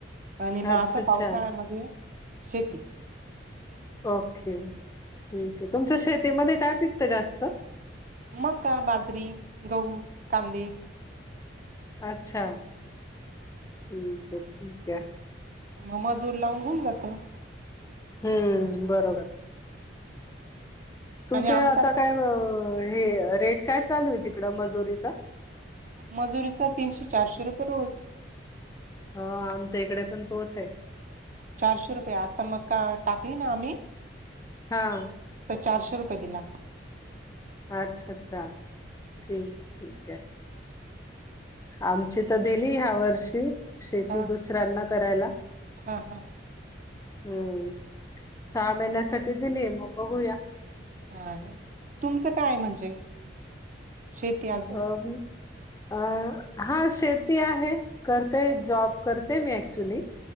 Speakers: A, on the right; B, on the left.
A: आणि म
B: अच्छा
A: असं
B: अच्छा
A: पावसाळ्यामधी शेती
B: ओके, ठीक आहे, तुमच्या शेतीमध्ये काय पिकतं जास्त?
A: मका, बाजरी, गहू, कांदे
B: अच्छा, हम्म, त ठीक आहे
A: म मजूर लावून होऊन जातं.
B: हम्म, बरोबर तुमच्या
A: आणि आमचा
B: आता काय हे, रेट काय चालू आहे तिकडं मजुरीचा?
A: मजुरीचा तीनशे, चारशे रुपये रोज.
B: ह आमच्या इकडे पण तोच आहे.
A: चारशे रुपये, आता मका टाकली ना आम्ही
B: हा
A: तर चारशे रुपये दिलात
B: अच्छा, अच्छा, ठीक, ठीक आहे. आमची तर दिली, ह्या वर्षी शेती,
A: हा
B: दुसऱ्यांना करायला
A: हा हा
B: हम्म, सहा महिन्यासाठी दिली, मग बघूया?
A: हा, हा, तुमचं काय म्हणजे, शेती अजून
B: <unintelligible> अ--हा शेती आहे करते, जॉब करते मी ऍक्च्युली